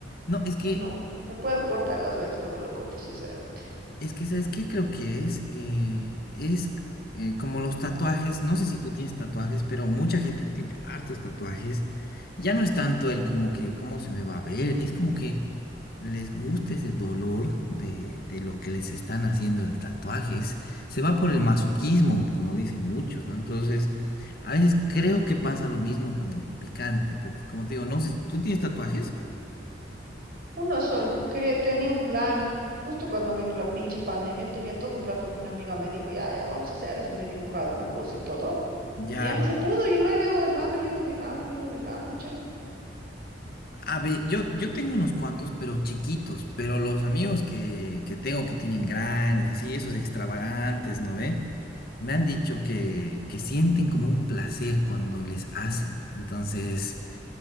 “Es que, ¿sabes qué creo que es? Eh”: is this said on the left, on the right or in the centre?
Left